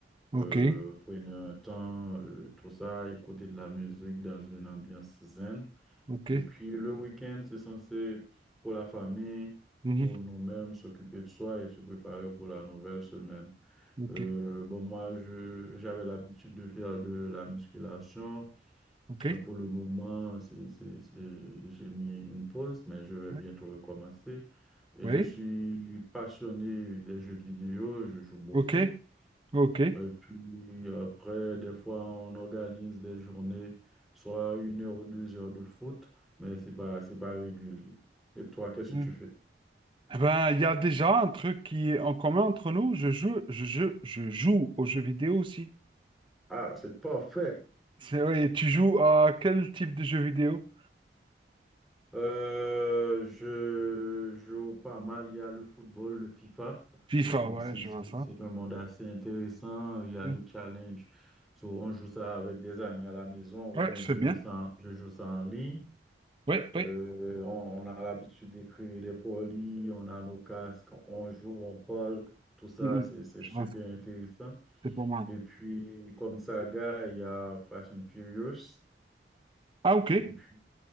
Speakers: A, on the right; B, in the centre.
A: Ok,
B: euh, prenez un temps, euh, tout ça, écouter de la musique dans une ambiance zen.
A: ok,
B: Et puis le week-end, c'est censé pour la famille,
A: mhm,
B: pour nous-mêmes, s'occuper de soi et se préparer pour la nouvelle semaine.
A: ok,
B: Euh, bon, moi, je, j'avais l'habitude de faire de la musculation.
A: ok,
B: Mais Pour le moment, c'est, c'est, c'est- j'ai mis une pause, mais je vais
A: ouais,
B: bientôt recommencer. Et
A: oui,
B: je suis passionné des jeux de vidéo, je joue beaucoup.
A: ok, ok.
B: Et puis après, des fois, on organise des journées, soit une heure ou deux heures de foot, mais c'est pas, c'est pas régulier. Et toi, qu'est-ce
A: ouais.
B: que tu fais?
A: Eh ben, il y a déjà un truc qui est en commun entre nous. Je joue, je, je, je joue aux jeux vidéo aussi.
B: Ah, c'est parfait.
A: C'est, ouais, tu joues à quel type de jeu vidéo?
B: Euh, je joue pas mal. Il y a le football, le FIFA.
A: FIFA,
B: C'est
A: ouais,
B: c'est-
A: je
B: c'est-
A: vois ça.
B: c'est un monde assez intéressant. Il y a
A: Mm.
B: le challenge. So, on joue ça avec des amis à la maison ou
A: Ouais,
B: bien
A: c'est
B: je
A: bien.
B: joue ça, en- je joue ça en ligne.
A: Ouais,
B: Euh,
A: ouais,
B: on, on a l'habitude d'écrire des polis, on a nos casques, on joue, on parle. Tout ça,
A: mm,
B: c'est c'est
A: je
B: super
A: vois ça.
B: intéressant.
A: C'est pas mal.
B: Et puis, comme saga, il y a Fast and Furious.
A: Ah, ok.
B: Et puis,